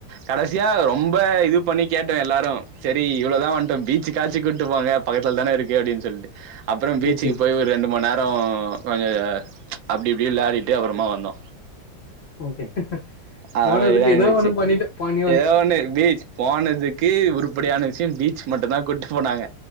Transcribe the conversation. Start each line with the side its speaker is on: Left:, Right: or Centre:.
Right: கடைசியா ரொம்ப இது பண்ணி கேட்டோ எல்லாரு செரி இவ்வளோ துரோ வந்துட்டோம் பீச்சுகாச்சு கூட்டு போங்க பக்கத்துல தான இருக்கு அப்டின் சொல்லிட்டு அப்புறோ பீச்சுக்கு
Left: சரி சரி
Right: போய் ஒரு ரெண்டு மணி நேர அப்புறோ கொஞ்ச அப்டி இப்டி வெளாடிட்டு அப்புறமா வந்தோ
Left: ஓகே
Right: அது
Left: போனதுக்கு
Right: மாரிதா
Left: ஏதோ
Right: இருந்துச்சு
Left: ஒன்னு பண்ணிடோ பண்
Right: ஏதோ ஒண்ணு பீச் போனதுக்கு உருப்படியான விஷயம் பீச் மட்டு தா கூட் போனாங்க